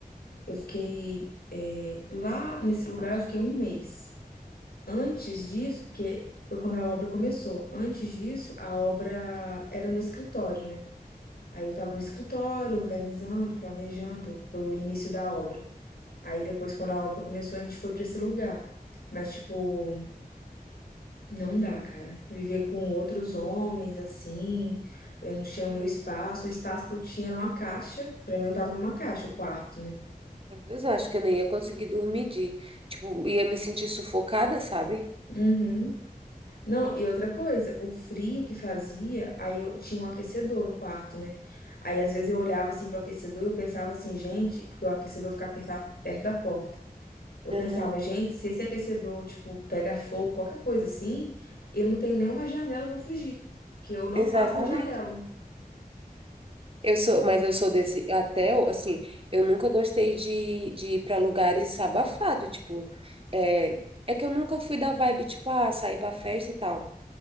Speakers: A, on the left (about 80°); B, on the right (about 35°).
A: Eu fiquei. é, lá nesse lugar, eu fiquei um mês. Antes disso, porque foi quando a obra começou. Antes disso, a obra era no escritório, né? Aí eu tava no escritório, organizando, planejando pro início da obra. Aí depois, quando a obra começou, a gente foi pra esse lugar. Mas, tipo. Não dá, cara. Viver com outros homens assim, eu não tinha
B: Uhum.
A: o meu espaço. O espaço que eu tinha era uma caixa. Pra mim, eu tava numa caixa, o quarto, né?
B: Meu Deus, eu acho que eu nem ia conseguir dormir de, tipo, ia me sentir sufocada, sabe?
A: Uhum. Não, e outra coisa, o frio que fazia, aí eu tinha um aquecedor no quarto, né? Aí às vezes eu olhava assim pro aquecedor e eu pensava assim, gente, porque o aquecedor ficava perta- perto da porta. Eu
B: Aham,
A: pensava, gente, se esse aquecedor, tipo, pega fogo, qualquer coisa assim, eu não tenho nenhuma janela pra fugir, que eu não
B: Exatamente.
A: passo na janela.
B: Eu sou, mas eu sou desse, até, assim, eu nunca gostei de, de ir para lugares abafado, tipo, é, é que eu nunca fui da vibe, tipo, ah, sair pra festa e tal.